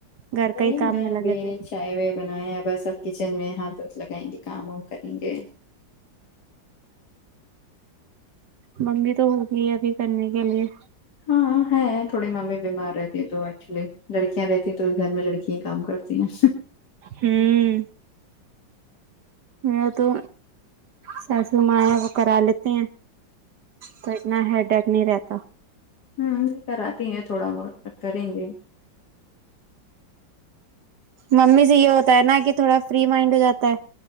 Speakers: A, on the right; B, on the left.
A: گھر
B: نہیں
A: کا ہی کام
B: میں ابھی
A: لگے تھے
B: چائے وائے بناائے ہیں بس اب کچن میں ہاتھ وھ لگائیں گے کام وام کریں گے
A: ممی تو ہوگی ابھی کرنے کے لیے
B: ہاں ہے تھوڑی ممی بیمار رہتی ہے تو ایکچولی لڑکیاں رہتی تو اس گھر میں لڑکی ہی کام کرتی <inaudible>
A: ہوں میں تو ساسو ماں ہے وہ کرا لیتے ہیں تو اتنا ہیڈگ نہیں رہتا
B: ہوں کراتی ہیں تھوڑا بہت پر کریں گے
A: ممی سے یہ ہوتا ہے نا کہ تھوڑا فری مائنڈ ہو جاتا ہے